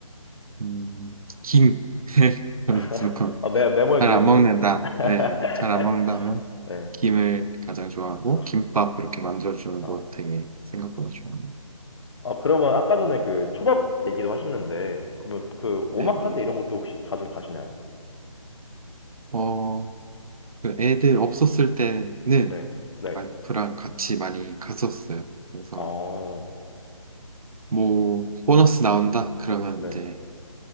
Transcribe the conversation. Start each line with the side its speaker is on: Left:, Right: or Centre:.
Right: 음, 김 <laughs> 저는
Left: <laughs>
Right: 무조건
Left: 아, 메, 메모해
Right: 잘
Left: 두겠습니다.
Right: 안 먹는다
Left: <laughs>
Right: 예, 잘 안 먹는다면
Left: 네.
Right: 김을 가장 좋아하고
Left: 어.
Right: 김밥 이렇게 만들어주는
Left: 아.
Right: 거 되게 생각보다 좋아합니다
Left: 아, 그러면 아까 전에 그 초밥 얘기도 하셨는데, 그러면 그 오마카세
Right: 네네
Left: 이런 것도 혹시 자주 가시나요?
Right: 어그 애들 없었을 때는
Left: 네, 네,
Right: 와이프랑 같이 많이 갔었어요 그래서
Left: 어,
Right: 뭐 보너스 나온다 그러면
Left: 네,
Right: 이제